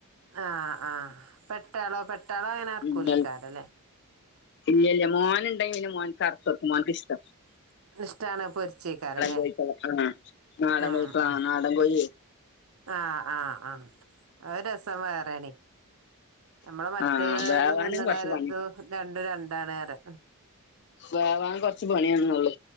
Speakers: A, on the right; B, on the left.
A: ആഹ് ആഹ് പെട്ടാളോ പെട്ടാളങ്ങനർക്കൂലേക്കാരല്ലേ
B: ഉം ഇല്ല്യല്ല മോന് ണ്ടെങ്കില് മോൻക്കർത്തെക്കും മോൻക്കിഷ്ട
A: <unintelligible> ഇഷ്ട്ടാണ് പൊരിച്ചേക്കരല്ലേ
B: കോഴിക്കള് ആഹ് നാടൻ
A: ആഹ്
B: കോഴിക്കളാ
A: ആഹ്
B: നാടൻ കോഴി
A: ആഹ് ആഹ് ആഹ് അത് രസം വേറെണെയ് നമ്മള് മറ്റേ
B: ആഹ്
A: മാരി
B: വേവാന്
A: തിന്ന്ണ
B: കൊറച്ച്
A: മാരി
B: പണി
A: ഇത് രണ്ടും രണ്ടാണ് റയ
B: വേവാൻ കൊർച്ച് പണിയാന്നൊള്ളൂ